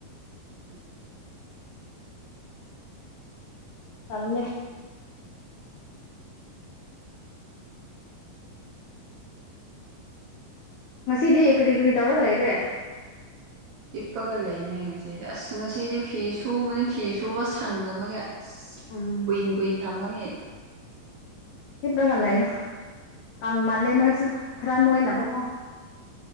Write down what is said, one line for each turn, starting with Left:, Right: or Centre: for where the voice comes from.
Right: ꯎꯝ
Left: ꯇꯜꯂꯦ ꯉꯁꯤꯗꯤ ꯀ꯭ꯔꯤ ꯀ꯭ꯔꯤ ꯇꯧꯔꯒ ꯂꯩꯔꯦ
Right: ꯍꯤꯞꯄꯒ ꯂꯩꯅꯦ ꯉꯁꯤꯗꯤ ꯑꯁ ꯉꯁꯤꯗꯤ ꯐꯤ ꯁꯨꯕꯅꯦ ꯐꯤ ꯁꯨꯕ ꯁꯪꯗꯕꯒꯤ ꯑꯁ
Left: ꯎꯝ
Right: ꯀꯨꯏ ꯀꯨꯏ ꯊꯝꯕꯒꯤ
Left: ꯍꯤꯞꯄꯒ ꯂꯩꯥꯛꯌꯨ ꯀꯪꯃꯜꯂꯦ ꯅꯣꯏꯁꯨ ꯈꯔ ꯅꯣꯏꯅꯕꯀꯣ